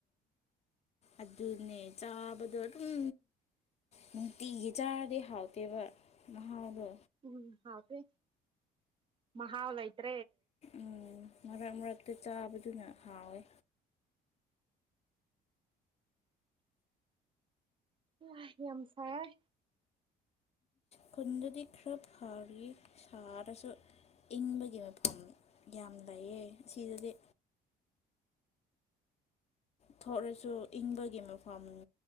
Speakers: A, on the left; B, on the right.
A: ꯑꯗꯨꯅꯦ ꯆꯥꯕꯗꯣ ꯑꯗꯨꯝ ꯅꯨꯡꯇꯤꯒ ꯆꯥꯔꯗꯤ ꯍꯥꯎꯇꯦꯕ ꯃꯍꯥꯎꯗꯣ
B: ꯎꯝ ꯍꯥꯎꯇꯦ ꯃꯍꯥꯎ ꯂꯩꯇꯦ
A: ꯎꯝ ꯃꯔꯛ ꯃꯔꯛꯇ ꯆꯥꯕꯗꯨꯅ ꯍꯥꯎꯋꯦ
B: ꯋꯥꯢ ꯌꯥꯝ ꯁꯥꯌꯦ
A: ꯈꯨꯟꯗꯗꯤ ꯈꯔ ꯐꯕꯅꯤ ꯁꯥꯔꯁꯨ ꯏꯪꯕꯒꯤ ꯃꯐꯝ ꯌꯥꯝ ꯂꯩꯌꯦ ꯁꯤꯗꯗꯤ ꯊꯣꯛꯂꯁꯨ ꯏꯪꯕꯒꯤ ꯃꯐꯝ